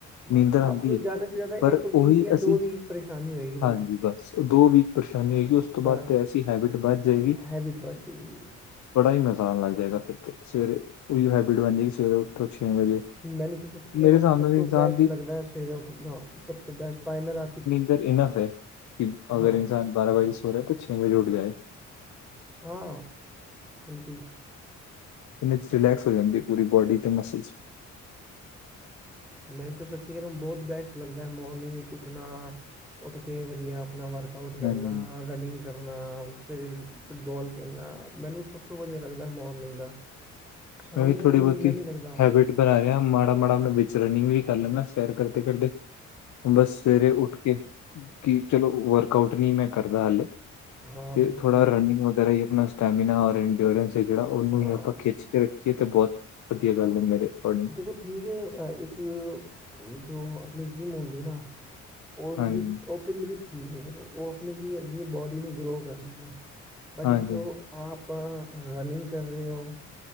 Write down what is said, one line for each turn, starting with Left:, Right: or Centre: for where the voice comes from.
Centre: ਬਸ
Left: ਨੀਂਦਰ ਆੰਦੀ
Centre: ਆਪ ਨੂੰ
Left: ਏ
Centre: ਜ਼ਿਆਦਾ ਤੋਂ ਜ਼ਿਆਦਾ
Left: ਪਰ
Centre: ਇੱਕ ਵੀਕ
Left: ਓਹੀ
Centre: ਜਾਂ
Left: ਅਸੀਂ
Centre: ਦੋ ਵੀਕ ਪਰੇਸ਼ਾਨੀ ਹੋਏਗੀ
Left: ਹਾਂਜੀ ਬਸ ਦੋ ਵੀਕ ਪਰਸ਼ਾਨੀ ਹੋਏਗੀ ਉਸ ਤੋਂ
Centre: ਬਸ
Left: ਬਾਦ ਤੇ ਐਸੀ ਹੈਬਿਟ ਬੱਧ ਜਾਏਗੀ।
Centre: ਹੈਬਿਟ ਬਣ ਜਾਏਗੀ
Left: ਬੜਾ ਹੀ ਮਜ਼ਾ ਆਨ ਲੱਗ ਜੇਗਾ ਫਿਰ ਤੇ ਸਵੇਰੇ ਓਹੀਓ ਹੈਬਿਟ ਬਣ ਜੇਗੀ ਸਵੇਰੇ ਉਠੋ ਛੇ ਵਜੇ।
Centre: ਮੈਨੂੰ ਤੇ ਸੱਚੀ ਕੈਰਾ
Left: ਮੇਰੇ
Centre: ਹੁਣ
Left: ਸਾਹਮਣੇ
Centre: ਸਭ
Left: ਦੇ
Centre: ਤੋਂ
Left: ਇਨਸਾਨ
Centre: ਬੈਸਟ
Left: ਦੀ
Centre: ਲੱਗਦੈ ਸਵੇਰੇ ਉੱਠਣਾ, ਸਭ ਤੋਂ ਬੈਸਟ ਪਾਏ ਮੈਂ ਰਾਤੀ
Left: ਇਧਰ ਇਨਫ ਹੈ ਕਿ
Centre: ਹਾਂ
Left: ਅਗਰ ਇਨਸਾਨ ਬਾਰਾਂ ਵਜੇ ਸੋ ਰੈ ਤੋ ਛੇ ਵਜੇ ਉੱਠ ਜਾਏ।
Centre: ਹਾਂ, ਬਿਲਕੁਲ।
Left: ਪੁਨੀਤ ਫਿਲੈਕਸ ਹੋ ਜਾਂਦੀ ਏ ਪੂਰੀ ਬੋਡੀ ਤੇ ਮਸਲਸ।
Centre: ਮੈਨੂੰ ਤਾਂ ਸੱਚੀ ਕੈੰਦਾ ਬੋਤ ਬੈਸਟ ਲੱਗਦੈ ਮੋਰਨਿੰਗ ਵਿੱਚ ਉੱਠਣਾ। ਉੱਠ ਕੇ ਵਧੀਆ ਅਪਣਾ ਵਰਕ ਆਊਟ ਕਰਨਾ,
Left: ਹਾਂਜੀ ਹਾਂਜੀ
Centre: ਰਨਿੰਗ ਕਰਨਾ, ਫਿਰ ਫੁੱਟਬੋਲ ਖੇਲਣਾ। ਮੈਨੂੰ ਸਭ ਤੋਂ ਵਧੀਆ ਲੱਗਦੈ ਮੋਰਨਿੰਗ ਦਾ। <inaudible>
Left: ਮੈ ਵੀ
Centre: ਦਾ
Left: ਥੋੜ੍ਹੀ
Centre: ਮੈਨੂੰ
Left: ਬੌਤੀ
Centre: ਇੰਨਾ ਨਹੀਂ ਲੱਗਦਾ
Left: ਹੈਬਿਟ ਬਣਾ ਰਿਆ, ਮਾੜਾ-ਮਾੜਾ ਮੈ ਵਿੱਚ ਰਨਿੰਗ ਵੀ ਕਰ ਲੈਂਦਾ ਸੈਰ ਕਰਦੇ-ਕਰਦੇ। ਹੁਣ ਬਸ ਸਵੇਰੇ ਉੱਠ ਕੇ ਕੀ ਚਲੋ ਵਰਕ ਕਾਉਟ ਨੀ ਮੈਂ ਕਰਦਾ ਹਾਲੇ
Centre: ਹਾਂ
Left: ਤੇ
Centre: ਬਿਲਕੁਲ
Left: ਥੋੜਾ
Centre: ਬਿਲਕੁਲ
Left: ਰਨਿੰਗ ਵਗੈਰਾ ਈ ਅਪਣਾ ਸਟੈਮਿਨਾ ਆਰੇਣ ਪਿਓਰੈਂਸ ਏ ਜੇੜਾ ਓਨੂੰ
Centre: ਹਾਂ
Left: ਹੀ ਆਪਾਂ ਖਿੱਚ ਕੇ ਰੱਖੀਏ ਤੇ ਬੌਤ ਵਧੀਆ ਗੱਲ ਏ ਮੇਰੇ ਕੋਰਡਿੰਗ।
Centre: ਦੇਖੋ ਠੀਕ ਏ, ਅ ਇੱਕ ਜੋ ਅਪਣੀ ਜਿੰਮ ਹੁੰਦੀ ਨਾ ਔਰ
Left: ਹਾਂਜੀ
Centre: ਵੀ ਓਹ ਫੀਲਡ ਵੀ ਠੀਕ ਏ ਫੇਰ ਔ ਅਪਣੀ ਕੀ ਕਰਦੀ ਏ? ਬੋਡੀ ਨੂੰ ਗਰੋ ਕਰਦੀ ਏ। ਬਟ
Left: ਹਾਂਜੀ
Centre: ਜੋ ਆਪ ਰਨਿੰਗ ਕਰ ਰਹੇ ਔ,